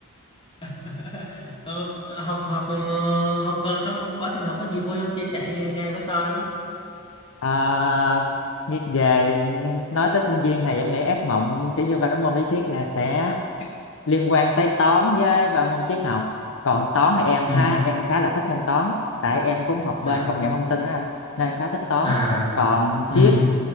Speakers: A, on the left (about 25°); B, on the left (about 60°).
A: <laughs> Ờ, học học ờ, học ờ, trong quá trình học có gì vui không chia sẻ nghe nghe mới coi
B: À, vi- về nói tới sinh viên thì em nghĩ ác mộng kiểu như ba cái môn lý thuyết là sẽ liên quan tới toán với ba môn triết học còn toán thì em
A: ừ
B: ha em khá là thích môn toán tại em cũng học bên
A: à
B: công nghệ thông tin á anh nên em khá thích toán
A: à
B: còn
A: ừ
B: triết